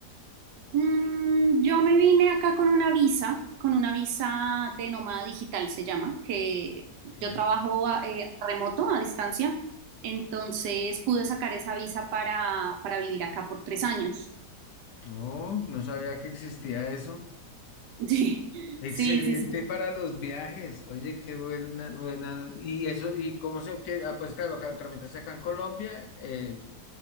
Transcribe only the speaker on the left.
Ok.
No, no sabía que existía eso.
Excelente
para los viajes. Oye, qué buena, buena. Y eso, ¿y cómo se obtiene? Ah, pues claro, acá lo tramitaste acá en Colombia, eh,